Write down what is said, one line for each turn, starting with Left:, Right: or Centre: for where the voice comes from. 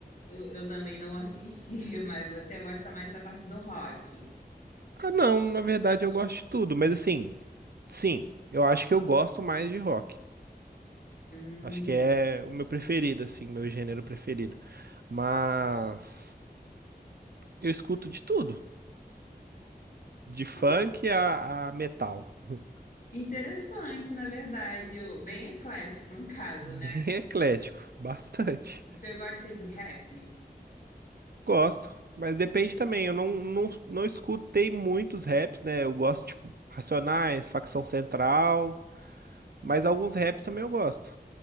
Left: eu, eu também não assisti, <laughs> mas você gosta mais da parte do rock.
Right: Ah, não, na verdade eu gosto de tudo, mas assim, sim, eu acho que eu gosto mais de rock.
Left: Hum.
Right: Acho que é o meu preferido, assim, meu gênero preferido. Mas eu escuto de tudo, de funk
Left: Ah.
Right: a, a metal. <laughs>
Left: Interessante, na verdade, o- bem eclético no caso,
Right: Bem
Left: né?
Right: eclético, bastante.
Left: Você gosta de rap?
Right: Gosto, mas depende também. Eu não, não, não escutei muitos raps, né? Eu gosto, tipo, Racionais, Facção Central. Mas alguns raps também eu gosto.